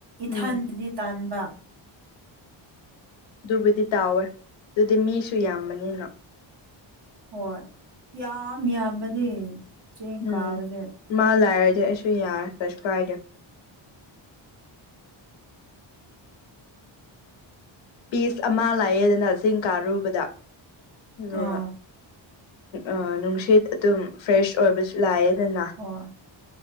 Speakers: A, on the right; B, on the left.
A: ꯏꯊꯥꯟꯗꯗꯤ
B: ꯎꯝ
A: ꯇꯥꯟꯕ
B: ꯑꯗꯨꯕꯨꯗꯤ ꯇꯥꯎꯋꯦ ꯑꯗꯨꯗꯤ ꯃꯤꯁꯨ ꯌꯥꯝꯕꯅꯤꯅ
A: ꯍꯣꯏ ꯌꯥꯝ ꯌꯥꯝꯕꯅꯦ ꯆꯤꯡ
B: ꯎꯝ
A: ꯀꯥꯕꯁꯦ
B: ꯃꯥ ꯂꯩꯔꯗꯤ ꯑꯩꯁꯨ ꯌꯥꯔꯦ ꯀꯩꯁꯨ ꯀꯥꯏꯗꯦ ꯄꯤꯁ ꯑꯃ ꯂꯩꯌꯦꯗꯅ ꯆꯤꯡ ꯀꯥꯔꯨꯕꯗ ꯑꯗꯨꯒ
A: ꯑꯥ
B: ꯑ ꯅꯨꯡꯁꯤꯠ ꯑꯗꯨꯝ ꯐ꯭ꯔꯦꯁ ꯑꯣꯏꯕꯁꯨ ꯂꯩꯌꯦꯗꯅꯥ
A: ꯍꯣꯏ